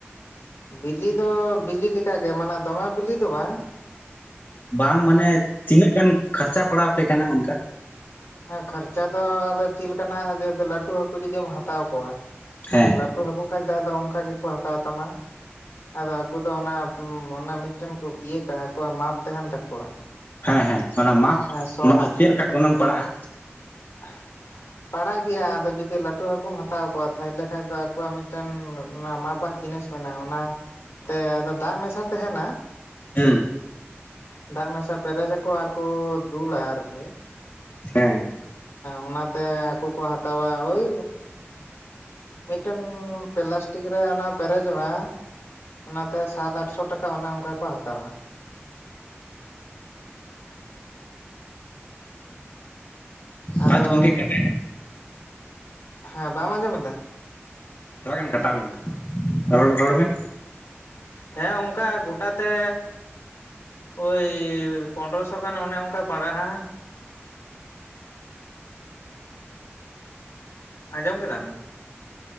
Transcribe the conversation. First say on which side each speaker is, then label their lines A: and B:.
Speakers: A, on the left; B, on the left.
A: ᱵᱤᱞᱤ ᱫᱚ ᱵᱤᱞᱤ ᱞᱮᱠᱟᱜᱮ ᱢᱟᱱᱮ ᱫᱚᱢᱮ ᱵᱤᱞᱤ ᱫᱚ ᱵᱟᱝ᱾
B: ᱵᱟᱝ ᱢᱟᱱᱮ ᱛᱤᱱᱟᱹᱜ ᱜᱟᱱ ᱠᱷᱟᱨᱪᱟ ᱯᱟᱲᱟᱣ ᱟᱯᱮ ᱠᱟᱱᱟ ᱚᱱᱠᱟ᱾
A: ᱠᱷᱟᱨᱪᱟ ᱫᱚ ᱟᱫᱚ ᱪᱮᱫ ᱞᱮᱠᱟᱱᱟᱜ ᱡᱩᱫᱤ ᱞᱟᱹᱴᱩ ᱦᱟᱹᱠᱩ ᱡᱩᱫᱤᱢ ᱦᱟᱛᱟᱣ ᱠᱚᱣᱟ
B: ᱦᱮᱸ
A: ᱞᱟᱹᱴᱩ ᱦᱟᱹᱠᱩ ᱠᱷᱟᱡᱽ ᱫᱚ ᱟᱫᱚ ᱚᱱᱠᱟ ᱜᱮᱠᱚ ᱦᱟᱛᱟᱣ ᱛᱟᱢᱟ᱾ ᱟᱫᱚ ᱟᱠᱚ ᱫᱚ ᱚᱱᱟ ᱢᱚᱱᱮ ᱢᱤᱫᱴᱮᱱ ᱠᱚ ᱤᱭᱟᱹ ᱠᱟᱜᱼᱟ ᱟᱠᱚᱣᱟᱜ ᱢᱟᱯ ᱛᱟᱦᱮᱸᱱ ᱛᱟᱠᱚᱣᱟ᱾
B: ᱦᱮᱸ ᱦᱮᱸ ᱚᱱᱟ ᱢᱟᱯ
A: ᱦᱮᱸ ᱥᱚᱝᱟᱜ
B: ᱚᱱᱟ ᱫᱚ ᱪᱮᱫ ᱞᱮᱠᱟ ᱜᱚᱱᱚᱝ ᱯᱟᱲᱟᱜᱼᱟ?
A: <inaudible> ᱯᱟᱲᱟᱜ ᱜᱮᱭᱟ ᱟᱫᱚ ᱡᱩᱫᱤ ᱞᱟᱹᱴᱩ ᱦᱟᱹᱠᱩᱢ ᱦᱟᱛᱟᱣ ᱠᱚᱣᱟ ᱛᱟᱭᱞᱮ ᱠᱷᱟᱡᱽ ᱫᱚ ᱟᱠᱚᱣᱟᱜ ᱢᱤᱫᱴᱮᱱ ᱚᱱᱟ ᱢᱟᱯ ᱟᱜ ᱡᱤᱱᱤᱥ ᱢᱮᱱᱟᱼᱟ ᱚᱱᱟ ᱛᱮ ᱟᱫᱚ ᱫᱟᱜᱽ ᱢᱮᱥᱟ ᱛᱟᱦᱮᱱᱟ᱾
B: ᱦᱩᱸ
A: ᱫᱟᱜᱽ ᱢᱮᱥᱟ ᱯᱮᱨᱮᱡᱟᱠᱚ ᱟᱨ ᱠᱚ ᱫᱩᱞᱟ ᱟᱨᱠᱤ
B: ᱦᱮᱸ
A: ᱚᱱᱟᱛᱮ ᱟᱠᱚ-ᱠᱚ ᱦᱟᱛᱟᱣᱟ ᱳᱭ ᱢᱤᱫᱴᱮᱱ ᱯᱞᱟᱥᱴᱤᱠ ᱨᱮ ᱚᱱᱟ ᱯᱮᱨᱮᱡᱚᱜᱼᱟ ᱚᱱᱟᱛᱮ ᱥᱟᱛ ᱟᱴᱥᱚ ᱴᱟᱠᱟ ᱚᱱᱮ ᱚᱱᱠᱟ ᱠᱚ ᱦᱟᱛᱟᱣᱟ᱾ ᱟᱫᱚ
B: ᱯᱟᱸᱪ ᱜᱚᱝᱠᱮ ᱠᱟᱴᱭ
A: ᱦᱮᱸ ᱵᱟᱢ ᱟᱸᱡᱚᱢ ᱮᱫᱟ?
B: ᱛᱷᱚᱲᱟ ᱜᱟᱱ ᱠᱟᱴᱟᱣ ᱞᱮᱱᱟ ᱨᱚᱲ ᱨᱚᱲ ᱵᱮᱱ
A: ᱦᱮᱸ ᱚᱱᱠᱟ ᱜᱚᱴᱟ ᱛᱮ ᱳᱭ ᱯᱚᱱᱫᱨᱚᱥᱚ ᱜᱟᱱ ᱚᱱᱮ ᱚᱱᱠᱟ ᱯᱟᱲᱟᱜᱼᱟ᱾ ᱟᱸᱡᱚᱢ ᱠᱮᱫᱟᱢ